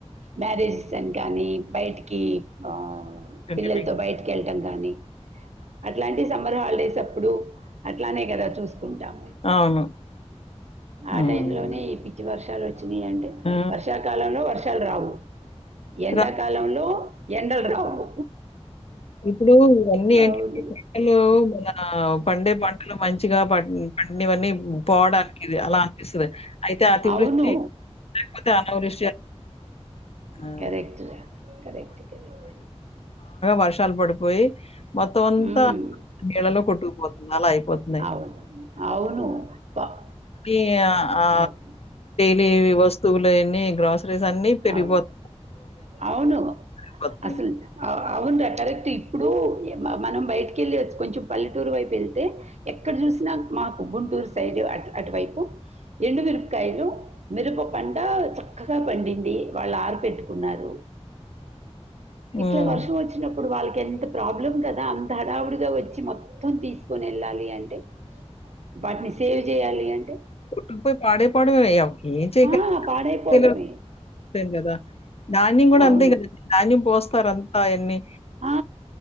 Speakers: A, on the right; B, on the left.
A: మ్యారేజెస్ అని కానీ బయటికి ఆ
B: నిజమే.
A: పిల్లలతో బయటికి వెళ్ళటం కానీ అట్లాంటి సమ్మర్ హాలిడేస్ అప్పుడు అట్లానే గదా చూసుకుంటాం
B: అవును
A: ఆ
B: అవునండి.
A: టైం లోనే పిచ్చి వర్షాలు వచ్చినాయంటే
B: ఆ!
A: వర్షాకాలంలో వర్ష రావు ఎండాకాలంలో
B: ర
A: ఎండలు రావు
B: ఇప్పుడు ఇవన్నీ ఏంటంటే
A: అవును
B: పంటలు మన పండే పంటలు మంచిగా ప పండివన్నీ పోవడానికి ఇది అలా అనిపిస్తది. అయితే అతివృష్టి
A: అవును
B: లేకపోతే అనావృష్టి అవును
A: కరెక్ట్ కరెక్ట్ కరెక్ట్
B: వర్షాలు పడిపోయి మొత్తం అంతా
A: మ్మ్.
B: నీళ్ళలో కొట్టుకుపోతా అలా అయిపోతున్నాయి.
A: అవును అవును ప-
B: ఈ ఆ
A: అవును
B: లీవి వస్తువులు అయన్ని గ్రాసరీస్ అన్ని పెరిగిపోతు
A: అవును అవును
B: పెరిగిపోతున్నాయి.
A: అసలు అవునురా కరెక్ట్ ఇప్పుడు మనం బయటికి యెళ్ళి వ కొంచెం పల్లెటూరు వైపు వెళ్తే ఎక్కడ చూసినా మాకు గుంటూరు సైడ్ అ అటువైపు ఎండు మిరపకాయలు మిరప పంట చక్కగా పండిం ది వాళ్ళు ఆరు పెట్టుకున్నారు
B: హ్మ్.
A: ఇట్లా వర్షం వచ్చినప్పుడు ఇప్పుడు వాళ్ళకి ఎంత ప్రాబ్లం కదా అంత హడావుడిగా వచ్చి మొత్తం తీసుకొని యెళ్ళాలి అంటే వాటిని సేవ్ జేయాలి అంటే,
B: కొట్టుకుపోయి పాడే పోవడమే ఏం చేస్తారు
A: ఆ! పాడైపోవటమే.
B: ఇంక కదా ధాన్యం గూడా
A: అవును.
B: అంతే కదా ధాన్యం పోస్తారు అంతా అయన్నీ
A: ఆ